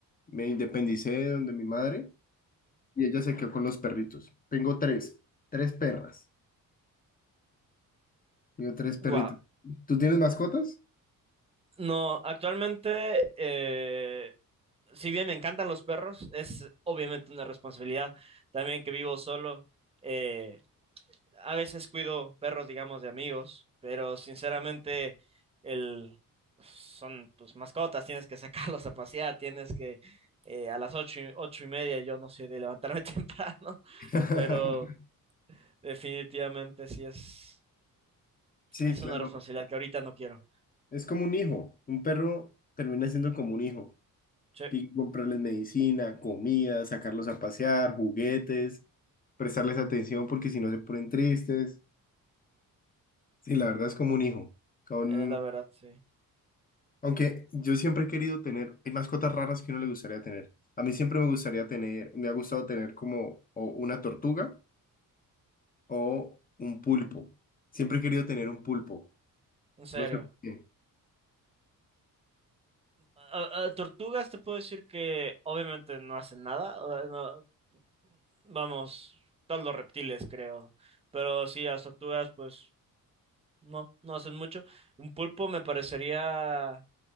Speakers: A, on the left (about 25°); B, on the right (about 15°).
A: me independicé de donde mi madre y ella se quedó con los perritos. Tengo tres, tres perras. Tengo tres perritos.
B: Wow.
A: ¿Tú tienes mascotas?
B: No, actualmente, eh, si bien me encantan los perros, es obviamente una responsabilidad también que vivo solo. eh, a veces cuido perros, digamos, de amigos, pero sinceramente el, son pues mascotas, tienes que <laughs> sacarlos a pasear, tienes que eh, a las ocho, y- ocho y media, yo no soy de levantarme <laughs> temprano,
A: <laughs>
B: pero definitivamente sí es,
A: Sí,
B: es
A: claro.
B: una responsabilidad que ahorita no quiero.
A: Es como un hijo. Un perro termina siendo como un hijo.
B: Sí,
A: Hay que comprarles medicina, comida, sacarlos a pasear, juguetes, prestarles atención porque si no se ponen tristes. Sí, la verdad es como un hijo. Son,
B: es la verdad, sí.
A: aunque yo siempre he querido tener, hay mascotas raras que uno le gustaría tener. A mí siempre me gustaría tener, me ha gustado tener como o una tortuga o un pulpo. Siempre he querido tener un pulpo.
B: En serio.
A: No sé por qué.
B: a- a tortugas te puedo decir que obviamente no hacen nada. o sea, no- vamos, todos los reptiles creo. Pero sí, las tortugas pues no, no hacen mucho. Un pulpo me parecería